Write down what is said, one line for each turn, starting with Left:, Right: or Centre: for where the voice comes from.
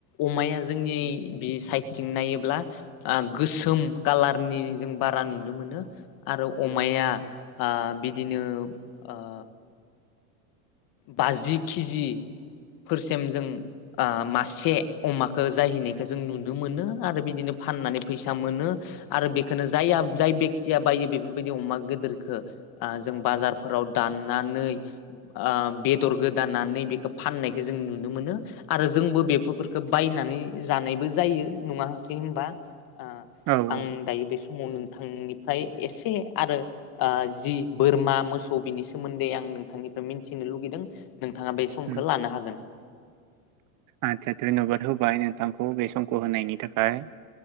Left: अमाया जोंनि बि साइद थिं नायोब्ला ओ गोसोम कालारनि जों बारा नुनो मोनो। आरो अमाया ओ बिदिनो ओ बाजि केजि फोरसिम जों ओ मासे अमाखो जाहैनायखो जों नुनो मोनो आरो बिदिनो फाननानै फैसा मोनो आरो बेखौनो जाया जाय बेकतिया बायो बेफोरबायदि अमा गोदोरखो ओ जों बाजारफोराव दाननानै ओ बेदर गोदानानै बेखो फाननायखो जों नुनो मोनो आरो जोंबो बेफोरखौ बायनानै जानायबो जायो नङासै होनबा? ओ
Right: औ
Left: आं दायो बे समाव न आं नोंनिफ्राय एसे आरो ओ जि बोरमा मोसौ बिनि सोमोन्दै आं नोंथांनि मिथिनो लुगैदों नोंथाङा बे समखौ
Right: औ
Left: लानो हागोन।
Right: आदसा धयन'बाद होबाय नोंथांखौ बे समखौ होनायनि थाखाय